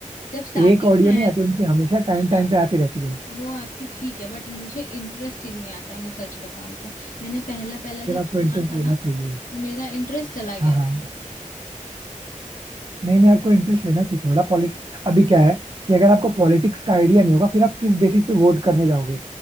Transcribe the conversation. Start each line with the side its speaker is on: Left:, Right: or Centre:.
Left: जब स्टार्टिंग
Right: एक ऑडियो
Left: में
Right: नहीं
Left: है
Right: आती उनकी हमेशा टाइम
Left: हाँ
Right: टाइम पे आती रहती है
Left: वो आपकी ठीक है बट मुझे इंटरेस्ट ही नहीं आता है मैं सच बताऊं तो मैंने पहला पहला
Right: फिर
Left: जब
Right: आपको
Left: सुना
Right: इंटरेस्ट
Left: था
Right: लेना
Left: ना
Right: चाहिए
Left: मेरा इंटरेस्ट चला गया
Right: हाँ
Left: था
Right: हाँ नहीं नहीं आपको इंटरेस्ट लेना चाहिए थोड़ा पॉलिटिक्स अभी क्या है कि अगर आपको पॉलिटिक्स का आइडिया नहीं होगा फिर आप किस बेसिस पे वोट करने जाओगे